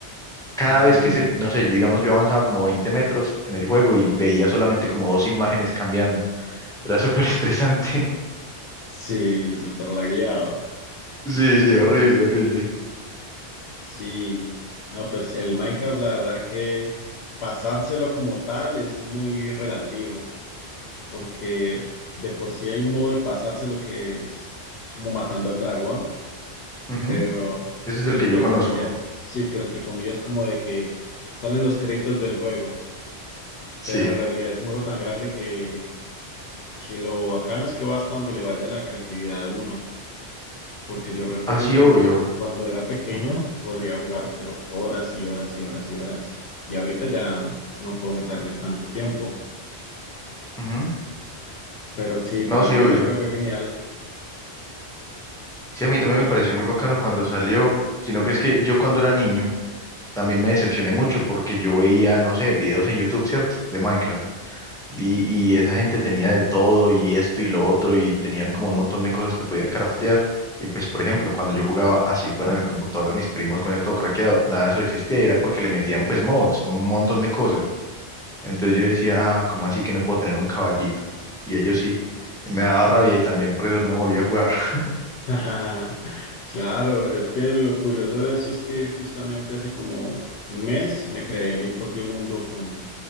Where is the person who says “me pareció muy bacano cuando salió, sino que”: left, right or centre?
Centre